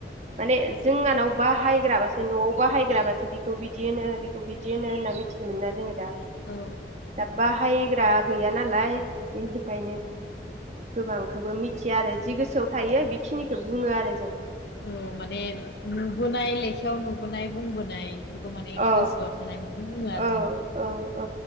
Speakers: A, on the right; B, on the left.
A: माने जोंहानाव बाहायग्राबा जों न'आव बाहायग्राबासो बिखौ बिदि होनो बिखौ बिदि होनो होनना मिथिगोमोन ना जोङो दा ।
B: औ
A: दा बाहायग्रा गैया नालाय बेनिखायनो गोबांखौबो मिथिया आरो जि गोसोआव थायो बेखिनिखौ बुङो आरो जों।
B: औ माने नुबोनाय लेखायाव नुबोनाय बुंबोनाय बेफोरखौ माने
A: औ
B: गोसोआव थानाय बुङो आरो
A: औ
B: जों
A: औ औ